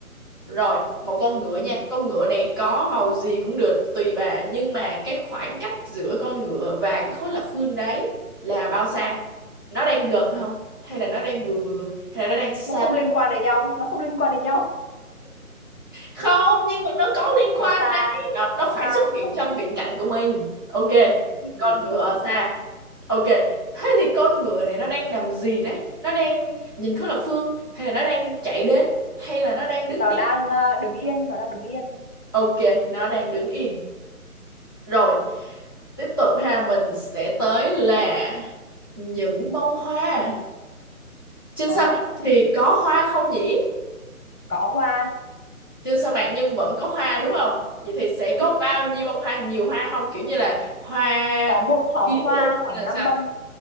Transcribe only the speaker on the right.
Rồi, một con ngựa
nha. Con ngựa này có màu gì cũng được, tùy bà. Nhưng mà cái khoảng cách giữa con ngựa và cái khối lập phương đấy là bao xa? Nó đang gần không? Hay là nó đang vừa vừa? Hay là nó đang xa
không nhưng mà nó có liên quan
đấy nó, nó
phải
xuất
hiện
trong viễn cảnh của mình ok
con ngựa
ở
xa ok thế thì con ngựa này nó đang làm gì đấy nó đang nhìn khối lập phương hay là nó đang chạy đến hay là nó đang đứng
yên
ok nó đang đứng yên rồi tiếp tục ha mình sẽ tới là những bông hoa trên
sa mạc thì có hoa không nhỉ
trên sa mạc nhưng vẫn có hoa đúng không vậy thì sẽ
có bao nhiêu bông hoa nhiều hoa không kiểu như là hoa
kiếm
luôn
hay là
sao